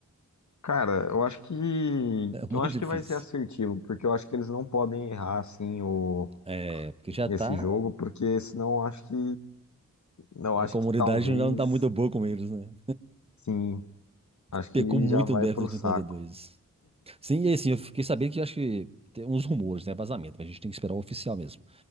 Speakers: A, on the left (about 70°); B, on the right (about 20°).
A: cara, eu acho que.
B: é <laughs> muito
A: Eu acho que
B: difícil.
A: vai ser assertivo, porque eu acho que eles não podem errar, assim, o
B: É, porque já
A: nesse
B: tá,
A: jogo, porque senão acho que não
B: a
A: acho
B: comunidade
A: que talvez
B: não tá muito boa com eles, né?
A: sim, acho
B: Pecou
A: que
B: muito
A: já vai
B: no BF
A: pro
B: 2042.
A: saco.
B: Sim, e assim, eu fiquei sabendo que acho que tem uns rumores, né? Vazamento, mas a gente tem que esperar o oficial mesmo.